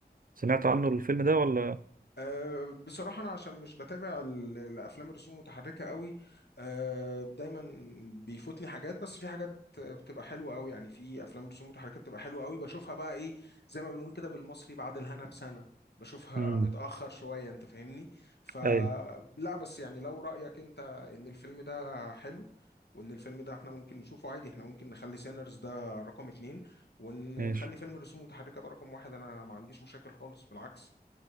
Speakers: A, on the right; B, on the left.
A: سمعت عنه الفيلم ده ولا؟
B: أه بصراحة أنا عشان مش بتابع ال- الأفلام الرسوم متحركة قوي أه دايما بيفوتني حاجات بس في حاجات بتبقى حلوة قوي يعني في أفلام رسوم متحركة بتبقى حلوة قوي بشوفها بقى إيه زي ما بنقول كده بالمصري بعد الهنا بسنة بشوفها
A: مم.
B: متأخر شوية أنت فاهمني فلا
A: أيوه
B: بس يعني لو رأيك أنت إن الفيلم ده حلو وإن الفيلم ده إحنا ممكن نشوفه عادي إحنا ممكن نخلي سينرز ده رقم اتنين ون- ونخلي
A: ماشي
B: فيلم رسوم متحركة ده رقم واحد أنا ما عنديش مشاكل خالص بالعكس